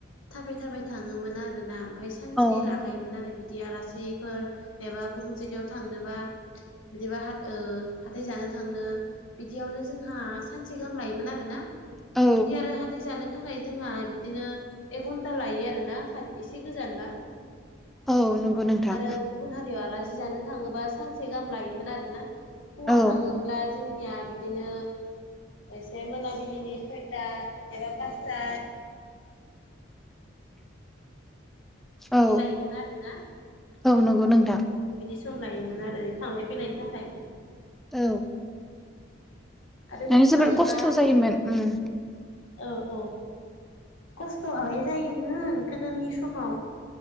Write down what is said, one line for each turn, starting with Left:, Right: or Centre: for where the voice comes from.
Left: थाबाय थाबाय थाङोमोन आरोना ओमफाय सानसे
Centre: औ
Left: ला थाखायोमोन आरो बिदि आलासिफोर एबा गुबुन जायगायाव थांनोबा बिदिबा हाथाय जानो थांनो बिदियावनो जोंहा सानसे गाहाम लायोमोन आर ना। बिदि
Centre: औ
Left: आरो हाथाय जानो थाखाय जोंहा बिदिनो एक घन्टा लायो आरो ना एसे गोजानबा
Centre: औ नंगौ नोंथां
Left: आरो। गुबुन हारियाव आलासि जानो थाङोबा सानसे गाहाम लायोमोन आरोना फुङाव
Centre: औ
Left: थाङोबा अब्ला जोंनिया बिदिनो एसे मोनाबिलिनि सयथा एबा फास्ता बिदि
Centre: औ
Left: लायोमोन आरोना
Centre: औ नंगौ नोंथां।
Left: बिदि सम लायोमोन आरो थांलाय फैलायनि थाखाय
Centre: औ।
Left: आरो
Centre: माने
Left: बुंनो
Centre: जोबोर
Left: थाङोब्ला
Centre: खस्थ' जायोमोन उम
Left: औ औ। खस्थ'आलाय जायोमोन गोदोनि समाव